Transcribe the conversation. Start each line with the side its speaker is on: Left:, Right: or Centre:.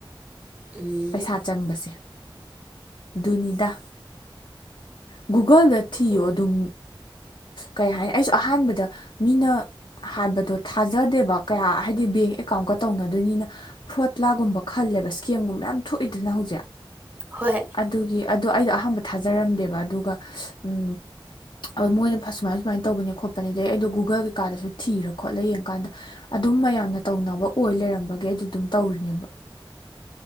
Right: ꯎꯝ
Left: ꯄꯩꯁꯥ ꯆꯪꯕꯁꯦ ꯗꯨꯨꯅꯤꯗꯥ ꯒꯨꯒꯜꯗ ꯊꯤꯌꯣ
Right: ꯍꯣꯏ
Left: ꯑꯗꯨꯝ ꯀꯩ ꯍꯥꯏꯅꯤ ꯑꯩꯁꯨ ꯑꯍꯥꯟꯕꯗ ꯃꯤꯅ ꯍꯥꯟꯕꯗꯣ ꯊꯥꯖꯗꯦꯕ ꯀꯌꯥ ꯍꯥꯏꯗꯤ ꯕꯦꯡ ꯑꯦꯀꯥꯎꯟꯀ ꯇꯧꯅꯗꯣꯏꯅꯤꯅ ꯐ꯭ꯔꯣꯠꯂꯥꯒꯨꯝꯕ ꯈꯜꯂꯦꯕ ꯏꯁꯀꯦꯝꯒꯨꯝꯕ ꯌꯥꯝ ꯊꯣꯛꯏꯗꯅ ꯍꯧꯖꯤꯛ
Right: ꯍꯣꯏ
Left: ꯑꯗꯨꯒꯤ ꯑꯗꯨ ꯑꯩꯗꯣ ꯑ ꯑꯍꯝꯕ ꯊꯥꯖꯔꯝꯗꯦꯕ ꯑꯗꯨꯒ ꯎ ꯃꯣꯏꯅ ꯁꯨꯃꯥꯏ ꯁꯨꯃꯥꯏꯅ ꯇꯧꯕꯅꯦ ꯈꯣꯠꯄꯅꯦ ꯑꯗꯩ ꯑꯩꯗꯣ ꯒꯨꯒꯜ ꯀꯩꯀꯥꯗꯁꯨ ꯊꯤꯔ ꯈꯣꯠꯂ ꯌꯦꯡꯀꯥꯟꯗ ꯑꯗꯨꯝ ꯃꯌꯥꯝꯅ ꯇꯧꯅꯕ ꯑꯣꯏ ꯂꯩꯔꯝꯕꯒꯤ ꯑꯩ ꯑꯗꯨꯝ ꯇꯧꯔꯤꯅꯦꯕ